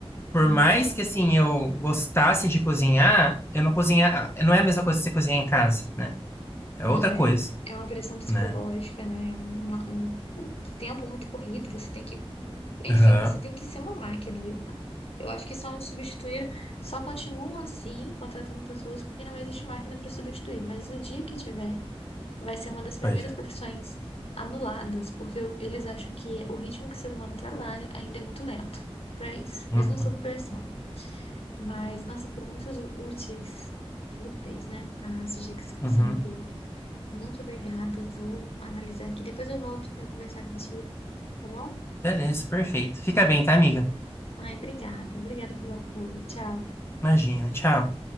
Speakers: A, on the left; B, on the left.
A: por
B: Então,
A: mais que assim eu gostasse de cozinhar, eu não cozinhar, não é a mesma coisa que você cozinhar em casa, né? É
B: não
A: outra
B: é.
A: coisa,
B: É uma pressão psicológica,
A: né?
B: né? É uma- um tempo muito corrido, você tem que, enfim,
A: Aham,
B: você tem que ser uma máquina. Eu acho que só não substituíram, só continuam assim, contratando pessoas, porque não existe máquina para substituir. Mas no dia que tiver, vai ser uma das primeiras
A: pois é.
B: profissões anuladas, porque eles acham que o ritmo que o ser humano trabalha ainda é muito lento para isso,
A: Uhum,
B: mesmo sob pressão. Mas, nossa, foram muito úteis, úteis, né? As dicas que
A: uhum.
B: você me deu. Muito obrigada. Vou analisar aqui. Depois eu volto para conversar contigo, tá bom?
A: Beleza, perfeito. Fica bem, tá, amiga?
B: Ai, obrigada. Obrigada pelo apoio. Tchau.
A: Imagina, tchau.